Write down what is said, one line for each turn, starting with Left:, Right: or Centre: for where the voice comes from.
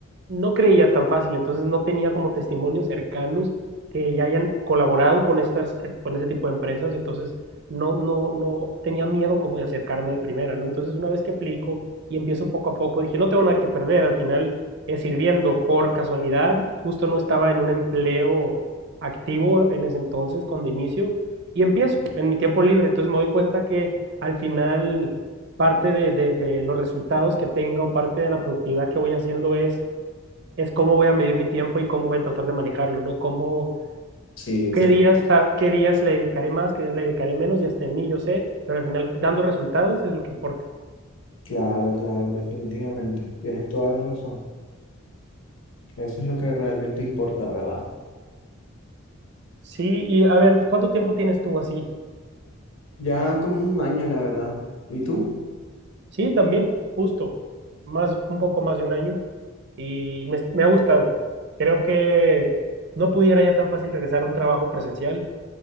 Right: no creía tan fácil, entonces no tenía como testimonios cercanos que ya hayan colaborado con estas, eh, con ese tipo de empresas, entonces no, no, no tenía miedo como de acercarme de primera, ¿no? Entonces una vez que aplico y empiezo poco a poco, dije, no tengo nada que perder, al final eh, sirviendo por casualidad, justo no estaba en un empleo activo en ese entonces cuando inicio y empiezo en mi tiempo libre, entonces me doy cuenta que al final parte de, de, de los resultados que tenga o parte de la productividad que voy haciendo es es cómo voy a medir mi tiempo y cómo voy a tratar de manejarlo, ¿no? Cómo,
Left: Sí, exacto.
Right: qué días, qué días le dedicaré más, qué días le dedicaré menos, ya está en mí, yo sé, pero al final dando resultados es lo que importa.
Left: Claro, claro, definitivamente, tienes toda la razón. Eso es lo que realmente importa, ¿verdad?
Right: Sí, y a ver, ¿cuánto tiempo tienes tú así?
Left: Ya como un año, la verdad. ¿Y tú?
Right: Sí, también, justo, más, un poco más de un año y me, me ha gustado. Creo que no pudiera ya tan fácil regresar a un trabajo presencial